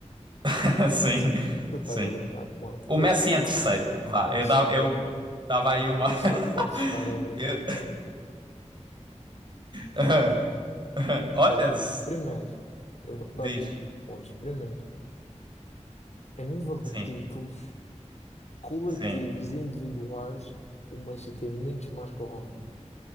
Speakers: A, on the right; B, on the left.
A: <laughs> Sim,
B: Tu estás
A: sim.
B: a brincar com ele,
A: O
B: tu
A: Messi
B: só podes,
A: em terceiro, vá. Eu
B: tu só
A: dava,
B: podes,
A: eu dava aí uma.
B: tu
A: <laughs>
B: só podes estar a brincar
A: Eu-
B: com ele.
A: <laughs> Olha,
B: Olha,
A: se-
B: primeiro, eu vou-te dar
A: diz.
B: tudo por pontos. Primeiro, a nível de
A: Sim,
B: títulos coletivos
A: sim.
B: e individuais, o Messi tem menos mais que o Ronaldo.